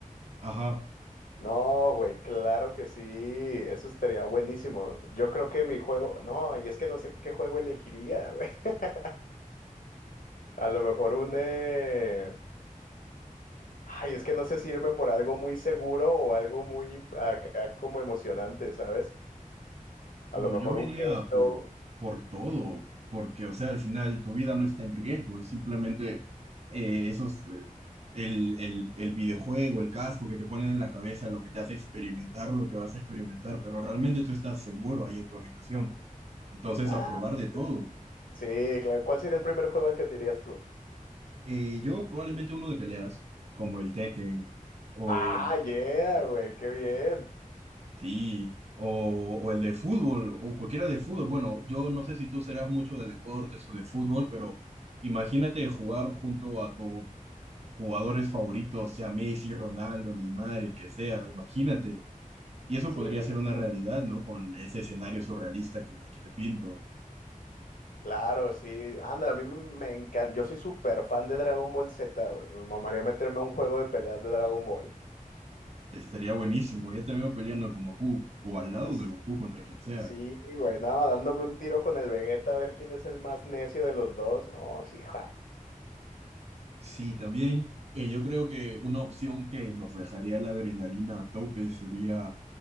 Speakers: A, on the right (about 50°); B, on the left (about 80°).
A: Ajá,
B: No, güey, claro que sí, eso estaría buenísimo. Yo creo que mi juego, no, y es que no sé qué juego elegiría, güey. <laughs> A lo mejor un, eh, ay, es que no sé si irme por algo muy seguro o algo muy acá como emocionante, ¿sabes? A
A: bueno,
B: lo mejor
A: yo me
B: un
A: iría
B: Halo.
A: por, por todo, porque, o sea, al final tu vida no está en riesgo, es simplemente eh, esos... eh, El, el, el videojuego, el casco que te ponen en la cabeza, lo que te hace experimentar, lo que vas a experimentar, pero realmente tú estás seguro ahí en tu habitación. Entonces,
B: Ah,
A: a probar de
B: sí.
A: todo.
B: Sí, claro. ¿Cuál sería el primer juego al que te irías tú?
A: Eh, yo probablemente uno de peleas, como el Tekken, o
B: Ah,
A: el,
B: yeah,
A: ajá,
B: güey, qué bien.
A: sí, o, o el de fútbol, o cualquiera de fútbol. Bueno, yo no sé si tú serás mucho de deportes o de fútbol, pero imagínate jugar junto a tus jugadores favoritos, sea Messi, Ronaldo, Neymar, el que sea, imagínate. Y eso
B: Sí,
A: podría ser una
B: claro.
A: realidad, ¿no? Con ese escenario surrealista que, que te pinto.
B: Claro, sí. Anda, a mí me, encanta. Yo soy súper fan de Dragon Ball Z, güey. Me mamaría meterme a un juego de peleas de Dragon Ball.
A: Estaría buenísimo. Ya te veo peleando con Goku, o al lado
B: S-
A: de Goku contra quien sea.
B: Sí, güey, no, dándome un tiro con el Vegeta a ver quién es el más necio de los dos. No, sí, ja.
A: Sí, también eh, yo creo que una opción que nos dejaría la adrenalina a tope sería